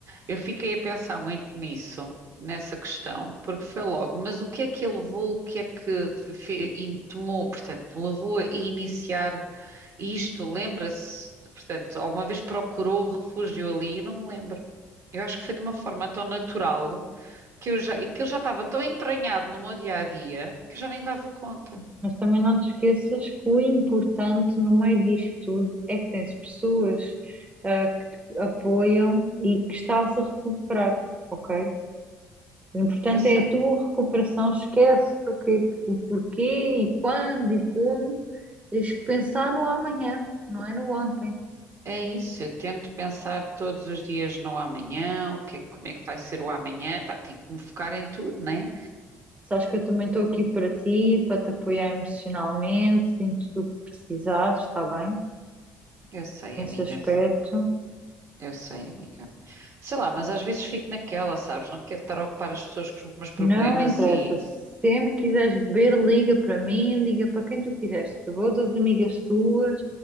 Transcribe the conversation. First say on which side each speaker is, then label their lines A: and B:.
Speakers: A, on the right; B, on the right.
A: eu fiquei a pensar muito nisso, nessa questão, porque foi logo, mas o que é que ele levou, o que é que fe- in- tomou, portanto, levou a iniciar isto, lembra-se, portanto, alguma vez procurou o refúgio ali, eu não me lembro. Eu acho que foi de uma forma tão natural que eu já, e que ele já estava tão entranhado no meu dia a dia que eu já nem dava conta.
B: Mas também não te esqueças que o importante no meio disto tudo é que tens pessoas ah, que te apoiam e que estás a recuperar, ok? O importante
A: Eu sei.
B: é a tua recuperação, esquece o que, o porquê e quando e como. Tens que pensar no amanhã, não é no ontem.
A: É isso, eu tento pensar todos os dias no amanhã, o que é, como é que vai ser o amanhã, pá, tenho que me focar em tudo, né?
B: Sabes que eu também estou aqui para ti, para te apoiar emocionalmente, em tudo o que precisares, está bem?
A: Eu sei,
B: Nesse
A: amiga,
B: aspecto.
A: eu sei, amiga. Sei lá, mas às vezes fico naquela, sabes? Não quero estar a ocupar as pessoas com os meus problemas
B: Não interessa.
A: e.
B: Se Sempre quiseres beber, liga para mim, liga para quem tu quiseres. Tu outras amigas tuas,